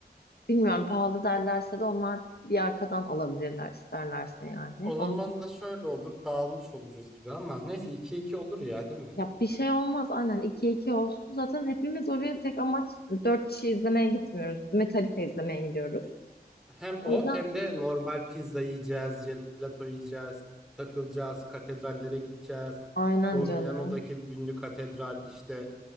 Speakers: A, on the left; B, in the centre.
A: Bilmiyorum pahalı derlerse de onlar bir arkadan alabilirler isterlerse yani.
B: O zaman
A: Onun,
B: da şöyle olur, dağılmış oluruz gibi ama neyse iki iki olur ya değil mi?
A: ya bir şey olmaz aynen 2'ye 2 olsun. Zaten hepimiz oraya tek amaç hani 4 kişi izlemeye gitmiyoruz. Metallica izlemeye gidiyoruz.
B: Hem
A: O
B: o
A: yüzden
B: hem de normal pizza yiyeceğiz, gelato yiyeceğiz, takılacağız, katedrallere gideceğiz.
A: aynen
B: Bu
A: canım.
B: Milano'daki ünlü katedral işte